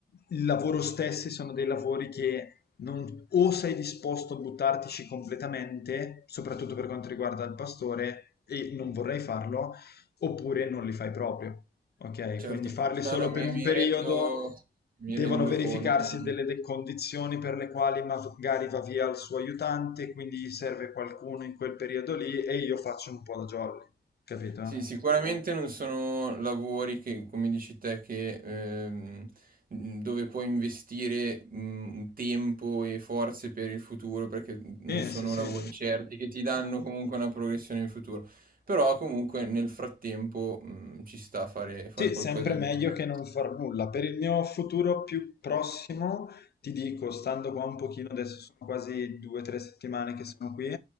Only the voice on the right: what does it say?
certo.
No, no, mi,
mi
rendo, mi
rendo
conto. mi rendo-
Sì, sicuramente non sono lavori che, come dici te, che, ehm, mh, dove puoi investire mh, tempo e forze per il futuro, perché non
sono
lavori certi che ti danno comunque una progressione in futuro. Però comunque nel frattempo mh, ci sta a fare, fare
qualcosa
del
genere.